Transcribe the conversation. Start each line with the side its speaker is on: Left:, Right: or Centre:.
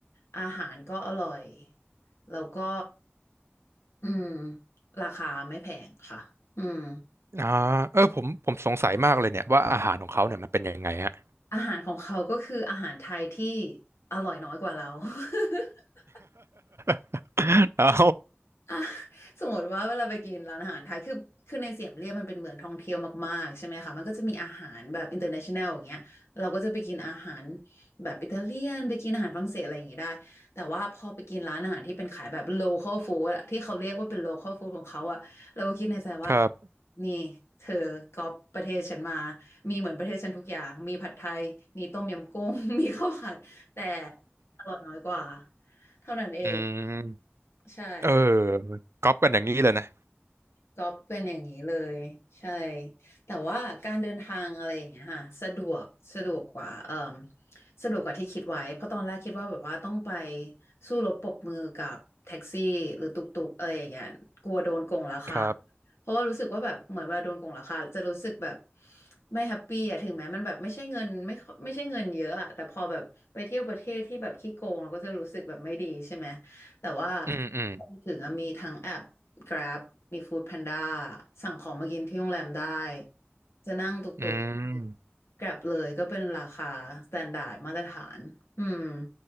Left: อาหารก็อร่อยแล้วก็ อืมราคาไม่แพงค่ะอืม
Right: อ่าเออผมผมสงสัยมากเลยเนี่ยว่าอาหารของเขาเนี่ยมันเป็นยังไงฮะ
Left: อาหารของเขาก็คืออาหารไทยที่อร่อยน้อยกว่าเรา <laughs>
Right: <laughs> เอา
Left: อ่า สมมติว่าเวลาไปกินร้านอาหารไทยคือคือในเสียมเรียบมันเป็นเมืองท่องเที่ยวมากๆใช่ไหมคะมันก็จะมีอาหารแบบ international อย่างเงี้ยเราก็จะไปกินอาหารแบบอิตาเลียนไปกินอาหารฝรั่งเศสอะไรอย่างงี้ได้แต่ว่าพอไปกินร้านอาหารที่เป็นขายแบบ local food อะที่เขาเรียกว่าเป็น local food ของเขาอะเราก็คิดในใจว่า
Right: ครับ
Left: นี่เธอก๊อปประเทศฉันมามีเหมือนประเทศฉันทุกอย่างมีผัดไทยมีต้มยำกุ้ง <laughs> มีข้าวผัดแต่อร่อยน้อยกว่าเท่านั้นเอง
Right: อืม
Left: ใช่
Right: เออก๊อปกันอย่างนี้เลยนะ
Left: ก็เป็นอย่างนี้เลยใช่แต่ว่าการเดินทางอะไรอย่างเงี้ยค่ะสะดวกสะดวกกว่าเอ่มสะดวกกว่าที่คิดไว้เพราะตอนแรกคิดว่าแบบว่าต้องไปสู้รบปรบมือกับแท็กซี่หรือตุกตุกอะไรอย่างเงี้ยกลัวโดนโกงราคา
Right: ครับ
Left: เพราะว่ารู้สึกว่าแบบเหมือนเวลาโดนโกงราคาจะรู้สึกแบบไม่แฮปปี้อะถึงแม้มันแบบไม่ใช่เงินไม่ค่อยไม่ใช่เงินเยอะอะแต่พอแบบไปเที่ยวประเทศที่แบบขี้โกงเราก็จะรู้สึกแบบไม่ดีใช่ไหมแต่ว่า
Right: อืมอืม
Left: พอถึงอะมีทั้งแอป Grab มี Food Panda สั่งของมากินที่โรงแรมได้จะนั่งตุกตุก
Right: อืม
Left: Grab เลยก็เป็นราคา s t ต n d า r d มาตรฐานอืม